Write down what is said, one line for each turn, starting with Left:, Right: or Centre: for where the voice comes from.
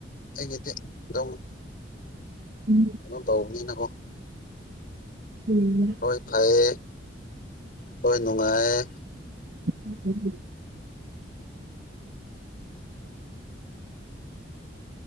Left: ꯑꯩꯒꯤꯗꯤ ꯑꯗꯨꯝ꯫
Right: ꯎꯝ꯫
Left: ꯀꯩꯅꯣ ꯇꯧꯕꯅꯤꯅꯀꯣ꯫
Right: ꯎꯝ꯫
Left: ꯍꯣꯏ ꯐꯩꯌꯦ ꯍꯣꯏ ꯅꯨꯡꯉꯥꯏꯌꯦ꯫
Right: <inaudible>